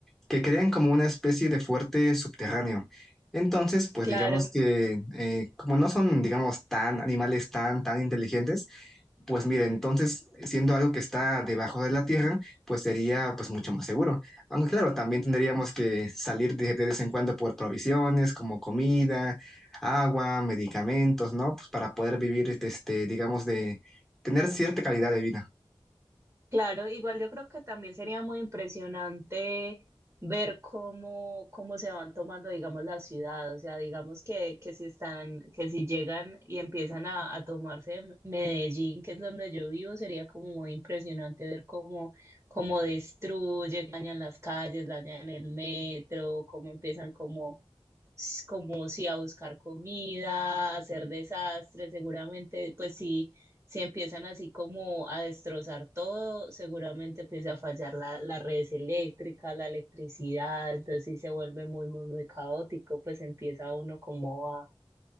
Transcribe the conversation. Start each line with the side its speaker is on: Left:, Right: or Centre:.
Centre: que crean como una especie de fuerte subterráneo. Entonces, pues
Right: Claro.
Centre: digamos que eh, como no son, digamos, tan animales tan, tan inteligentes, pues mira, entonces, siendo algo que está debajo de la tierra, pues sería pues mucho más seguro. Aunque claro, también tendríamos que salir de, de vez en cuando por provisiones como comida, agua, medicamentos, ¿no? Pues para poder vivir, este, digamos, de tener cierta calidad de vida.
Right: Claro, igual yo creo que también sería muy impresionante ver cómo, cómo se van tomando, digamos, la ciudad. O sea, digamos que, que si están, que si llegan y empiezan a, a tomarse Medellín, que es donde yo vivo, sería como muy impresionante ver cómo, cómo destruyen, dañan las calles, dañan el metro, cómo empiezan como como si a buscar comida, a hacer desastres, seguramente, pues sí si empiezan así como a destrozar todo, seguramente empieza a fallar la, las redes eléctricas, la electricidad, entonces sí se vuelve muy, muy, muy caótico, pues empieza uno como a,